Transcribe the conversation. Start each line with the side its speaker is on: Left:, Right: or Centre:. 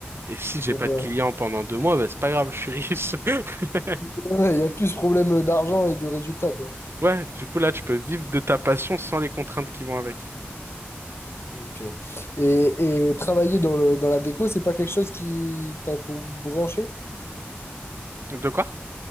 Right: Et si j'ai
Left: Ouais,
Right: pas
Left: ouais,
Right: de clients pendant deux mois, bah, c'est pas grave, je suis riche. <laughs>
Left: <laughs> Il y a plus problème d'argent et de résultats, quoi.
Right: Ouais, du coup là tu peux vivre de ta passion sans les contraintes qui vont avec.
Left: Ok. Et, et travailler dans le, dans la déco, c'est pas quelque chose qui t'a pour branché?
Right: De quoi?